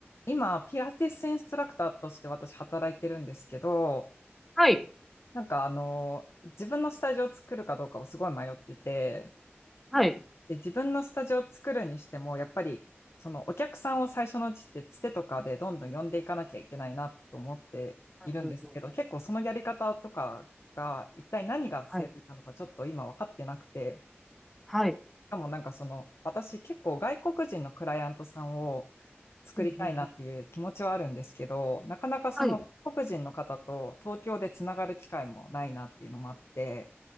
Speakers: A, on the left; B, in the centre.
A: 今、ピラティスインストラクターとして私働いてるんですけど、
B: はい。
A: なんかあの、自分のスタジオを作るかどうかをすごい迷ってて、
B: はい。
A: で、自分のスタジオを作るにしても、やっぱり、そのお客さんを最初のうちってつてとかでどんどん呼んでいかなきゃいけないなと思っているんですけど、
B: うんうんうん。
A: 結構そのやり方とかが一体何が正解なのかちょっと今分かってなくて、
B: はい。はい。
A: しかもなんかその、私結構外国人のクライアントさんを作りたいなっていう気持ちはあるんですけど、
B: うんうん。
A: なかなかその外国人の方と東京でつながる機会もないなっていうのもあって、
B: はい。